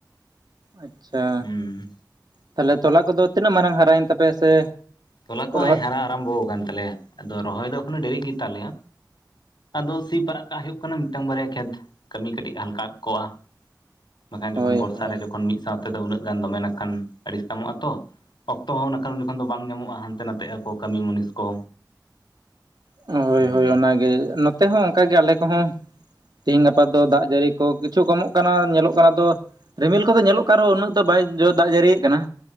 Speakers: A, on the right; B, on the left.
A: ᱟᱪ ᱪᱷᱟ
B: ᱦᱩᱸ
A: ᱛᱟᱦᱚᱞᱮ ᱛᱚᱞᱟ ᱠᱚᱫᱚ ᱛᱤᱱᱟᱹᱜ ᱢᱟᱨᱟᱝ ᱦᱟᱨᱟᱭᱮᱱ ᱛᱟᱯᱮᱭᱟ ᱥᱮ
B: ᱛᱚᱞᱟ ᱠᱚᱭ
A: ᱨᱚᱦᱚᱭ
B: ᱦᱟᱨᱟ ᱟᱨᱚᱢᱵᱷᱚ ᱟᱠᱟᱱ ᱛᱟᱞᱮᱭᱟ ᱟᱫᱚ ᱨᱚᱦᱚᱭ ᱫᱚ ᱮᱠᱷᱚᱱᱚ ᱰᱮᱨᱤᱜ ᱜᱮᱛ ᱞᱮᱭᱟ ᱟᱫᱚ ᱥᱤ ᱯᱟᱲᱟᱜ ᱠᱟᱜ ᱞᱮᱠᱷᱟ ᱱᱮᱢ ᱢᱤᱫᱴᱟᱝ ᱵᱟᱨᱭᱟ ᱠᱷᱮᱛ ᱠᱟᱹᱢᱤ ᱠᱟᱹᱴᱤᱡ ᱦᱟᱞᱠᱟ ᱠᱚᱜᱼᱟ ᱵᱟᱝᱠᱷᱟᱱ
A: ᱦᱳᱭ
B: ᱡᱚᱠᱷᱚᱱ ᱵᱚᱨᱥᱟ
A: ᱦᱳᱭ
B: ᱨᱮ ᱡᱚᱠᱷᱚᱱ ᱢᱤᱫ ᱥᱟᱶᱛᱮ ᱚᱠᱛ ᱫᱚ ᱩᱱᱟᱹᱜ ᱜᱟᱱ ᱫᱚᱢᱮ ᱱᱟᱠᱷᱟᱱ ᱟᱲᱤᱥ ᱛᱟᱢᱚᱜᱼᱟ ᱛᱚ ᱚᱠᱛᱚ ᱦᱚᱸᱠᱷᱟᱱ ᱩᱱᱚᱠᱷᱚᱱ ᱫᱚ ᱵᱟᱝ ᱧᱟᱢᱚᱜᱼᱟ ᱦᱟᱱᱛᱮ ᱱᱟᱛᱮ ᱟᱠᱚ ᱠᱟᱹᱢᱤ ᱢᱩᱱᱤᱥ ᱠᱚ
A: ᱦᱚᱭ
B: ᱦᱮᱸ
A: ᱦᱚᱭ ᱚᱱᱟᱜᱮ ᱱᱚᱛᱮ ᱦᱚᱸ ᱚᱱᱠᱟᱜᱮ ᱟᱞᱮ ᱠᱚᱦᱚᱸ ᱛᱤᱦᱤᱧ ᱜᱟᱯᱟ ᱫᱚ ᱫᱟᱜ ᱡᱟᱹᱲᱤ ᱠᱚ ᱠᱤᱪᱷᱩ ᱠᱚᱢᱚᱜ ᱠᱟᱱᱟ ᱧᱮᱞᱚᱜ ᱠᱟᱱᱟ ᱫᱚ ᱨᱤᱢᱤᱞ ᱠᱚᱫᱚ ᱧᱮᱞᱚᱜ ᱠᱟᱱ ᱨᱮᱦᱚᱸ ᱩᱱᱟᱹᱜ ᱫᱚ ᱵᱟᱭ ᱡᱚ ᱫᱟᱜ ᱡᱟᱹᱲᱤᱭᱮᱜ ᱠᱟᱱᱟ